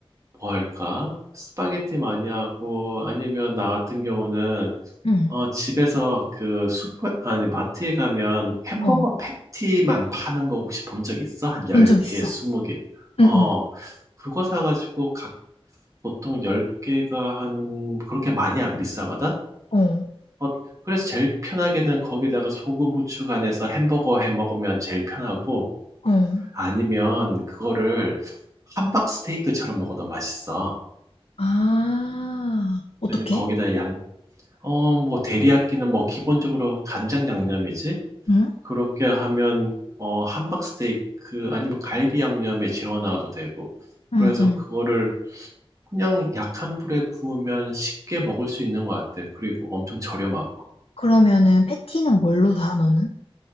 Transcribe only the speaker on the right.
뭐 할까? 스파게티 많이 하고, 아니면 나 같은 경우는,
어, 집에서 그 슈퍼, 아니, 마트에 가면 햄버거
패티만 파는 거 혹시 본 적 있어? 한 10개,
20개. 어,
그거 사가지고 각, 보통 10개가 한, 그렇게 많이 안 비싸거든?
어, 그래서 제일 편하게는 거기다가 소금, 후추 간해서 햄버거 해 먹으면 제일 편하고,
아니면 그거를 함박 스테이크처럼 먹어도 맛있어.
근데 거기다 양, 어, 뭐, 대리야끼는 뭐, 기본적으로 간장 양념이지?
그렇게 하면, 어, 함박 스테이크 아니면 갈비 양념에 재워놔도 되고.
그래서
그거를 그냥 약한 불에 구우면 쉽게 먹을 수 있는 것 같아. 그리고 엄청 저렴하고.